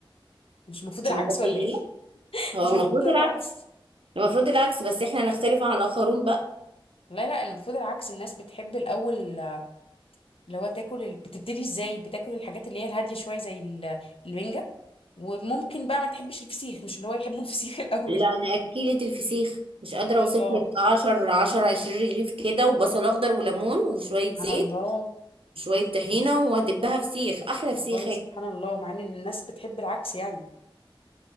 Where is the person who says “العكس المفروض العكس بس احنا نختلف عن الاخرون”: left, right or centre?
Right